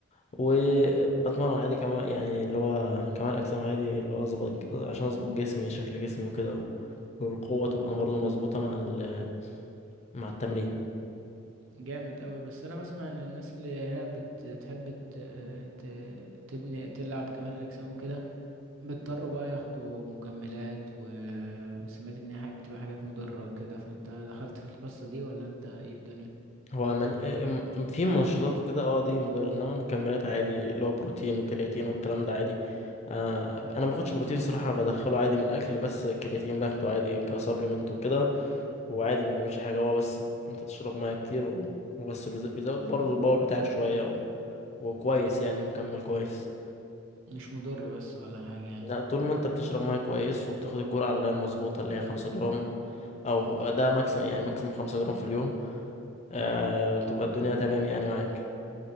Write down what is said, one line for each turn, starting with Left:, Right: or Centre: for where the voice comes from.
Left: وبتمرن
Right: مم.
Left: عادي كمان يعني اللي هو كمال اجسام عادي اللي هو اظبط عشان اظبط جسمي شكل جسمي وكده و- والقوة تبقى برضه مظبوطة مع ال... مع التمرين
Right: جامد قوي بس انا بسمع ان الناس اللي هي بتحب ت- ت- تبني تلعب كمان الاجسام وكده بيضطروا بقى ياخدوا مكملات وسمعت ان هي حاجة- بتبقى حاجات مضرة وكده فانت دخلت في القصة دي ولا انت ايه الدنيا
Left: هو ملي... ام- في منشطات وكده اه دي مضرة انما مكملات عادي اللي هو بروتين وكرياتين والكلام ده عادي آه انا ما باخدش بروتين صراحة بدخله عادي من الاكل بس كرياتين باخده عادي كسبلمنت وكده وعادي ما بيعملش حاجة هو بس انت تشرب ميه كتير و... وبس بيز- بيزود برضه الباور بتاعك شوية و... وكويس
Right: مم.
Left: يعني مكمل كويس
Right: مش مضر بس ولا حاجة يعني
Left: لا طول ما انت بتشرب ميه كويس وبتاخد الجرعة اللي هي المظبوطة اللي هي خمسة جرام او هو- ده ماكسيمم يعني ماكسيمم خمسة جرام في اليوم آه...
Right: مم.
Left: تبقى الدنيا تمام يعني معاك